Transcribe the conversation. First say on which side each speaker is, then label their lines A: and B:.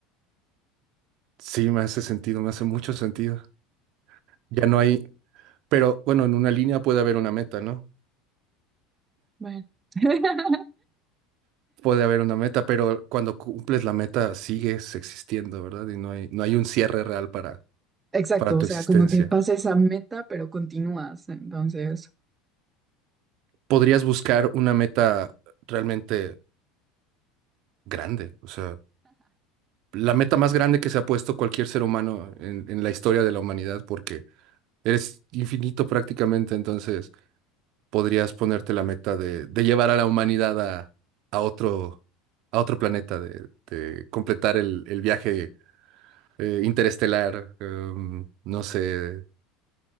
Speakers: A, on the right; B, on the right.
A: Sí, me hace sentido, me hace mucho sentido. Ya no hay, pero bueno, en una línea puede haber una meta, ¿no?
B: Bueno. <laughs>
A: Puede haber una meta, pero cuando cumples la meta sigues existiendo, ¿verdad? Y no hay, no hay un cierre real para,
B: Exacto,
A: para tu
B: o sea,
A: existencia.
B: como que pasa esa meta, pero continúas, entonces,
A: Podrías buscar una meta realmente grande, o sea, la meta más grande que se ha puesto cualquier ser humano en, en la historia de la humanidad, porque eres infinito prácticamente, entonces podrías ponerte la meta de, de llevar a la humanidad a, a otro, a otro planeta, de, de completar el, el viaje eh, interestelar, em, no sé,